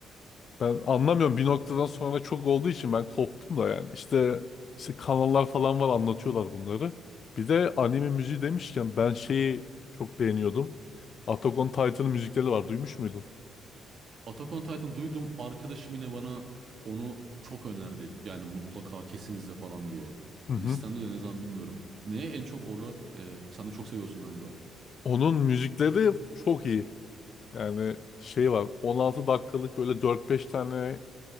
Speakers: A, on the left; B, on the right.
A: Ben anlamıyorum bir noktadan sonra çok olduğu için ben koptum da yani. İşte, işte kanallar falan var anlatıyorlar bunları. Bir de anime müziği demişken ben şeyi çok beğeniyordum. Attack on Titan'ın müzikleri var. Duymuş muydun?
B: Attack on Titan duydum. Arkadaşım yine bana onu çok önerdi. Yani mutlaka kesin izle falan diye.
A: Hı hı.
B: Listemde de ne zaman bilmiyorum. Neye en çok orada e, sen de çok seviyorsun galiba.
A: Onun müzikleri çok iyi. Yani şey var 16 dakikalık böyle dört beş tane